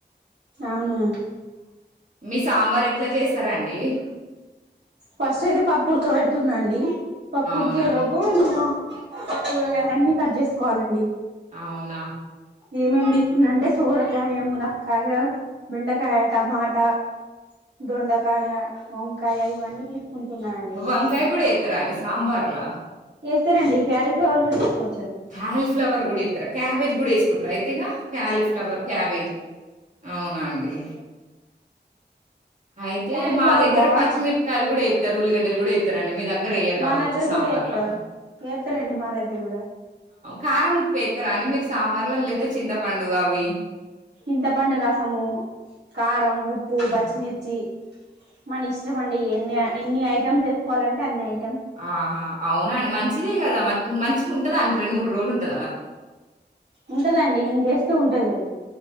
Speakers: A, on the right; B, on the right.
A: అవునా
B: మీ సాంబార్ ఎట్లా చేస్తారండి
A: ఫస్ట్ అయితే పప్పుఉడుక పెడుతున్నా అండి పప్పుడికేలోపు
B: అవునా!
A: నేను కూరగాయలన్నీ కట్ చేసుకోవాలండి
B: అవునా!
A: ఏమేమి తీసుకున్న అంటే సోరకాయ ములక్కాయ బెండకాయ టమాటా దొండకాయ వంకాయ ఇవన్నీ తీసుకుంటున్నానండి నేనైతే
B: వంకాయ కూడా ఎత్తరా అండి సాంబార్ల
A: ఎస్తారండి క్యీఫ్లవర్ కూడా ఏస్కోచ్
B: క్యాలీఫ్లవర్ కూడా ఇఎత్తరు క్యాబేజ్ కూడా ఏసుకుంటారు అయితే ఇగా క్యాలీఫ్లవర్ క్యాబేజ్ అవునా అండి అయితే
A: క్యాలీఫ్లవర్
B: మా దగ్గర
A: బాగుంటది
B: పచ్చిమిరపకాయలు కూడా వేసారు ఉల్లిగడ్డలు కూడాస్తారు అండి మీదగ గ్రేయర్
A: మా
B: కావచ్చు
A: దగ్గర
B: సాంబార్లార
A: కూడా ఎత్త ఎత్తరండి మా దగ్గర కూడా
B: కారం ముప్పుతార అ మీరు సాంబార్లు లేయితే చింతపండు అవి
A: చింతపండు రసము కారంము పూ
B: ఆ!
A: పచ్చిమిర్చి మన ఇష్టమ అండి ఎన్ని ఎన్ని అయి చేసుకోవాలంటే అన్ని అయి
B: ఆహా అవునా అండి మంచిదే కదా మ మంచి ఉంటా అంట రెండు మడు రోజలుంటా
A: ఉంటదండి నేను చేస్తే ఉంటది మరి